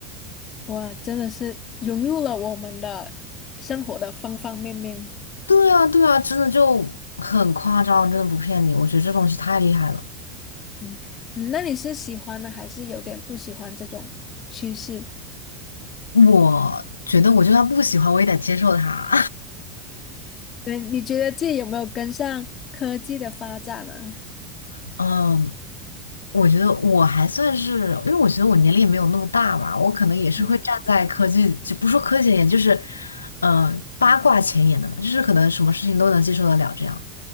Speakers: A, on the left; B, on the left.
A: <laughs> 哇，真的是融入了我们的生活的方方面面。
B: 对啊，对啊，真的就很夸张，真的不骗你，我觉得这东西太厉害了。
A: 嗯嗯，那你是喜欢呢，还是有点不喜欢这种趋势？
B: 我觉得我就算不喜欢，我也得接受它。
A: 对，你觉得自己有没有跟上科技的发展呢？
B: <laughs> 嗯，我觉得我还算是，因为我觉得我年龄也没有那么大嘛，我可能也是会站在科技，
A: 嗯
B: 就不说科技前沿，就是，嗯、八卦前沿的嘛，就是可能什么事情都能接受得了这样。